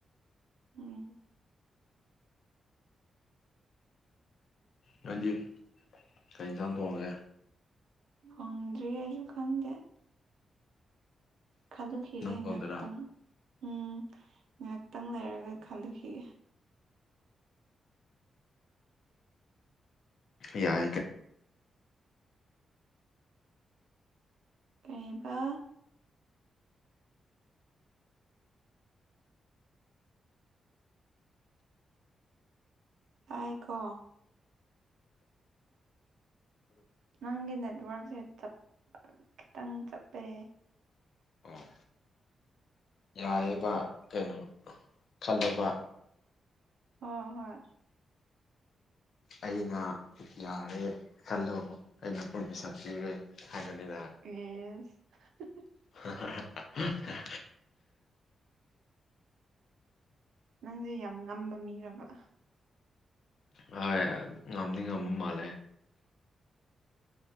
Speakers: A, on the right; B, on the left.
A: ꯎꯝ
B: ꯅꯣꯏꯗꯤ ꯀꯩ ꯏꯟꯁꯥꯡ ꯊꯣꯡꯉꯒꯦ
A: ꯐꯪꯗ꯭ꯔꯤ ꯑꯩꯁꯨ ꯈꯪꯗꯦ ꯈꯜꯂꯨꯈꯤꯒꯦ
B: ꯅꯪ ꯊꯣꯡꯗꯣꯏꯔꯥ
A: ꯉꯥꯏꯍꯥꯛꯇꯪ ꯎꯝ ꯉꯥꯏꯍꯥꯛꯇꯪ ꯂꯩꯔꯒ ꯈꯜꯂꯨꯈꯤꯒꯦ
B: ꯌꯥꯏ ꯀ
A: ꯀꯩꯕ ꯑꯥꯢ ꯀꯣ ꯅꯪꯒꯤ ꯅꯦꯠꯋꯔꯛꯁꯦ ꯆꯞ ꯈꯤꯇꯪ ꯆꯞꯄꯦ
B: ꯑꯣ ꯌꯥꯌꯦꯕ ꯀꯩꯅꯣ ꯈꯜꯂꯕ
A: ꯑꯣ ꯍꯣꯏ
B: ꯑꯩꯅ ꯌꯥꯔꯦ ꯈꯜꯂꯣ ꯑꯩꯅ ꯄꯔꯃꯤꯁꯟ ꯄꯤꯔꯦ ꯍꯥꯏꯕꯅꯤꯗ
A: ꯌꯦꯁ ꯍꯥ ꯍꯥ
B: <inaudible>
A: ꯅꯪꯁꯦ ꯌꯥꯝ ꯉꯝꯕ ꯃꯤꯔꯕ
B: ꯍꯣꯢ ꯉꯝꯗꯤ ꯉꯝꯕ ꯃꯥꯜꯂꯦ